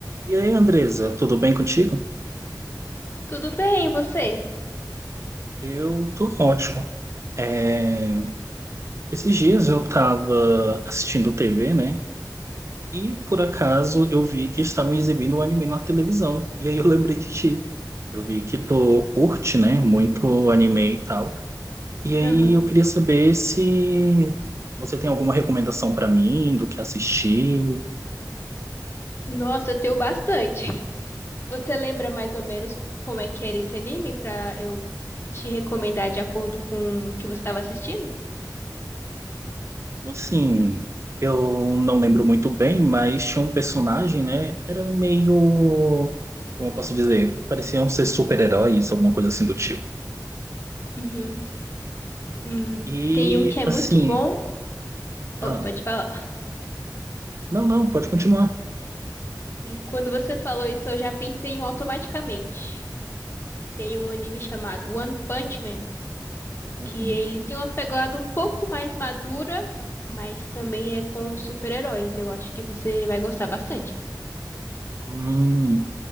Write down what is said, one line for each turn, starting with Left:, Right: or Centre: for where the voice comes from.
Right: E aí, Andresa, tudo bem contigo?
Left: Tudo bem, e você?
Right: Eu tô ótimo. É, Esses dias eu tava assistindo TV, né? E por acaso eu vi que estavam exibindo o anime na televisão. E aí eu lembrei de ti. Eu vi que tu curte, né? Muito anime e tal. E aí
Left: Aham.
Right: eu queria saber se você tem alguma recomendação pra mim do que assistir.
Left: Nossa, eu tenho bastante. <laughs> Você lembra mais ou menos como é que era esse anime pra eu te recomendar de acordo com o que você estava assistindo?
Right: Assim, eu não lembro muito bem, mas tinha um personagem, né? Era meio, como eu posso dizer, pareciam ser super-heróis, alguma coisa assim do tipo.
Left: Uhum. Hum,
Right: E
Left: tem um que é
Right: assim,
Left: muito bom. Oi,
Right: ah,
Left: pode falar.
Right: não, não, pode continuar.
Left: E Quando você falou isso, eu já pensei em um automaticamente. Tem um anime chamado One Punch Man,
Right: Uhum.
Left: que ele tem uma pegada um pouco mais madura, mas também é com super-heróis. Eu acho que você vai gostar bastante.
Right: Hum,